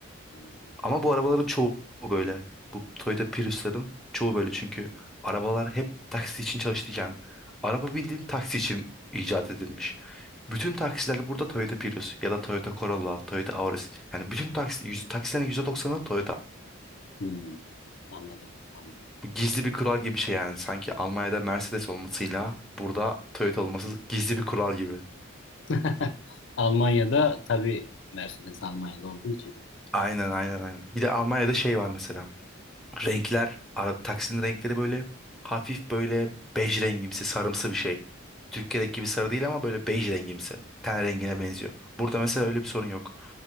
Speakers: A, on the left; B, in the centre.
A: anladım.
B: <laughs> Ama bu arabaların çoğu böyle. Bu Toyota Prius'ların çoğu böyle çünkü arabalar hep taksi için çalıştıyken araba bildiğin taksi için icat edilmiş. Bütün taksiler burada Toyota Prius ya da Toyota Corolla, Toyota Auris. Yani bütün taksi, yüz, taksilerin yüzde doksanı Toyota.
A: Hı, anladım anladım.
B: Bu gizli bir kural gibi bir şey yani. Sanki Almanya'da Mercedes olmasıyla burada Toyota olması gizli bir kural gibi.
A: <laughs> Almanya'da tabii Mercedes Almanya'da olduğu için.
B: Aynen aynen aynen. Bir de Almanya'da şey var mesela. Renkler, ara, taksinin renkleri böyle hafif böyle bej rengimsi, sarımsı bir şey. Türkiye'deki gibi sarı değil ama böyle bej rengimsi. Ten rengine benziyor. Burada mesela öyle bir sorun yok